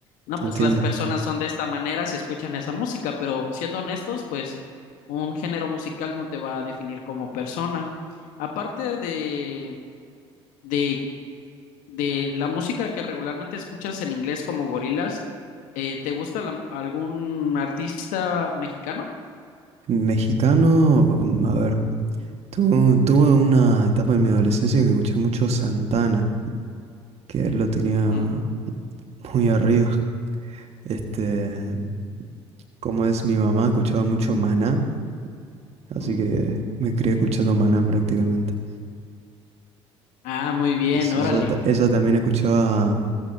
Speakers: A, on the left (about 60°); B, on the right (about 45°).
A: no,
B: te
A: pues
B: entiendo.
A: las personas son de esta manera si escuchan esa música, pero siendo honestos, pues un género musical no te va a definir como persona. Aparte de, de, de la música que regularmente escuchas en inglés como gorilas, eh, ¿te gusta la- algún artista mexicano?
B: Mexicano, mm, a ver, tu- tuve una etapa de mi adolescencia que escuché mucho Santana, que él lo tenía
A: Mm,
B: muy arriba. Este, como es mi mamá, escuchaba mucho Maná, así
A: mm.
B: que me crié escuchando Maná prácticamente.
A: Ah, muy bien,
B: Qué sé
A: órale.
B: yo, ta- ella también escuchaba